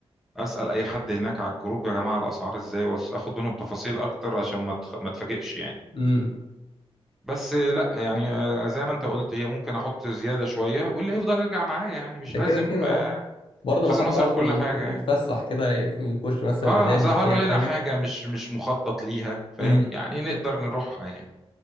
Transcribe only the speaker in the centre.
اسال اي حد هناك على الجروب يا جماعه الاسعار ازاي واخد منهم تفاصيل اكتر عشان ما تخ... ما تفاجئش يعني
بس لا يعني آه، زي ما انت قلت هي ممكن احط زياده شويه واللي هيفضل يرجع معايا يعني مش
لازم
آه،
مش
لازم
اصرف
كل
حاجه
يعني
اه
ظهر
لنا
حاجه مش مش مخطط ليها فاهم
يعني نقدر نروحها يعني